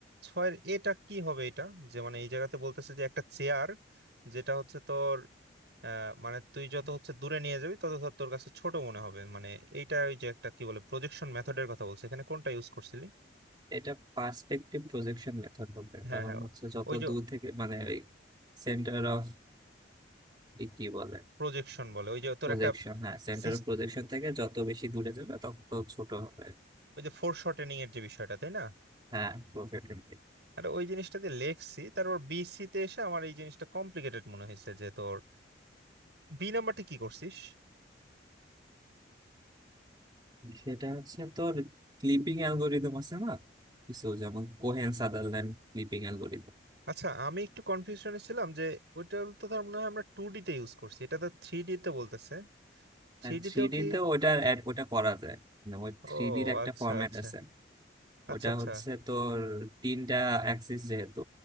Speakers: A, on the right; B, on the right.
A: ছয়ের এটা কি হবে এটা যে মানে এই জায়গাতে বলতেছে যে একটা চেয়ার যেটা হচ্ছে তোর আহ, মানে তুই যত হচ্ছে দূরে নিয়ে যাবি তত ধর তোর কাছে ছোট মনে হবে মানে এইটা ওই যে একটা কি বলে প্রজেকশন মেথডের কথা বলছে এখানে কোনটা ইউজ করছিলি
B: এটা পার্সপেক্টিভ প্রজেকশন মেথড হবে
A: হ্যাঁ
B: কারণ
A: হ্যাঁ
B: হচ্ছে যত
A: ওই যে
B: দূর থেকে মানে ওই সেন্টার অফ কি বলে
A: প্রজেকশন বলে ওই যে তোর
B: প্রজেকশন
A: একটা
B: হ্যাঁ সেন্টার
A: সিস-
B: অফ প্রজেকশন থেকে যত বেশি দূরে যাবে তত ছোট হবে
A: ওই যে ফোর শর্টেনিং এর যে বিষয়টা তাই না
B: হ্যাঁ প্রোফেটিং
A: আর ওই জিনিসটা দিয়ে লেখছি তারপর বিসি তে এসে আমার এই জিনিসটা কমপ্লিকেটেড মনে হয়েছে যে তোর বি নাম্বারটি কি করছিস
B: সেটা হচ্ছে তোর ক্লিপিং অ্যালগোরিদম আছে না কিছু যেমন কোহেন সাদারল্যান্ড ক্লিপিং অ্যালগোরিদম
A: আচ্ছা আমি একটু কনফিউশনে ছিলাম যে ওইটা তো ধর মনে হয় আমরা টু ডি তে ইউজ করছি এটা তো থ্রি ডি তে বলতেছে থ্রি
B: হ্যাঁ,
A: ডি
B: থ্রি
A: তেও
B: ডি
A: কি
B: তে ওটা add- ওটা করা যায় মানে ওই
A: ও
B: থ্রি ডির একটা
A: আচ্ছা
B: ফরম্যাট
A: আচ্ছা
B: আছে
A: আচ্ছা
B: ওটা
A: আচ্ছা
B: হচ্ছে তোর তিনটা অ্যাক্সিস যেহেতু